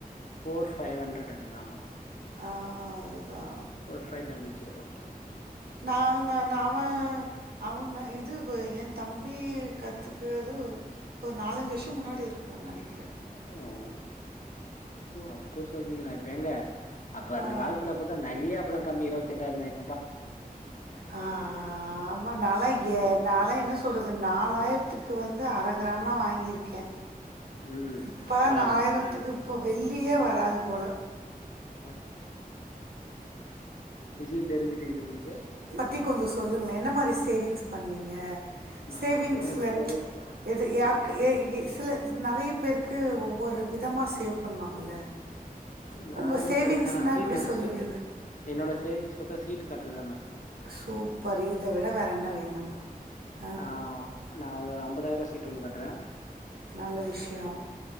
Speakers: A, on the left (about 55°); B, on the right (about 85°).
A: போர் ஃபைவ் ஹண்ட்ரட் நெனக்கிறே ஆமா
B: ஆ அதுதா
A: four five double zero okay
B: நான் நா நாம அவ இது எ தம்பி கத்துக்கிறது ஒரு ஒரு நாலஞ்சு வர்ஷொ முன்னாடி இருக்குனு நெனக்கிற
A: ஓ அப்போ சொல்றீங்ளா இப்ப ஏங்க அப்ப
B: ஆ.
A: அந்த காலத்துல பத்தா நகையே அப்பல்லா கம்மி இருவத்தெட்டாயரந்தா
B: ஆ ஆ ஆமா நாளை ஏ நால என்ன சொல்றது நாலாயிரத்துக்கு வந்து அரை கிராம்லா வாங்கி இருக்கே
A: ம்.
B: இப்ப
A: பாருங்க.
B: நாலாயிரத்துக்கு இப்ப வெள்ளியே வராது போல
A: ஆ விஷயொ தெரிஞ்சுட்டுக்குது உங்களுக்கு
B: த்தி கொஞ்ச சொல்லுங்ளே என்ன மாரி சேவிங்ஸ் பண்ணுவீங்க
A: நான்
B: சேவிங்ஸ்ல
A: சேமிக்கலாம்.
B: எது யாருக்கு ஏய் இ சில நெறைய பேருக்கு ஒவ்வொரு விதமா சேவ் பண்ணுவாங்கல்ல
A: நா
B: உங்க
A: எதும்
B: சேவிங்ஸ்னா
A: பெருசா சீட்டு
B: எப்டி
A: கஸ்
B: சொல்லுவீங்க
A: என்னோட சேவிங்ஸ் பத்தா சீட்டு கட்றதா மேம்
B: சூப்பர் இத விட வேறென்ன வேணு ஆ
A: நா நா ஒரு ஐம்பதாயிர்ரூவா சீட்டு ஒண்ணு கட்றே
B: நல்ல விஷ்யொ